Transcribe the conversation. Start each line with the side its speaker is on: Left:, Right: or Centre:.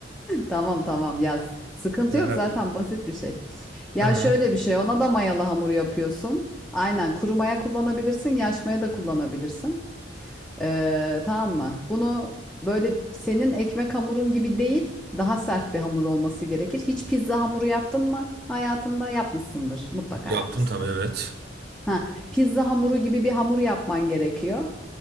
Centre: Tamam tamam yaz. Sıkıntı
Right: E, hadi.
Centre: yok zaten basit bir şey. Ya
Right: Tamam.
Centre: şöyle bir şey ona da mayalı hamur yapıyorsun. Aynen kuru maya kullanabilirsin yaş maya da kullanabilirsin. Ee, tamam mı? Bunu böyle senin ekmek hamurun gibi değil daha sert bir hamur olması gerekir. Hiç pizza hamuru yaptın mı hayatında? Yapmışsındır mutlaka
Right: Yaptım
Centre: yapmışsındır.
Right: tabii evet.
Centre: Ha, pizza hamuru gibi bir hamur yapman gerekiyor.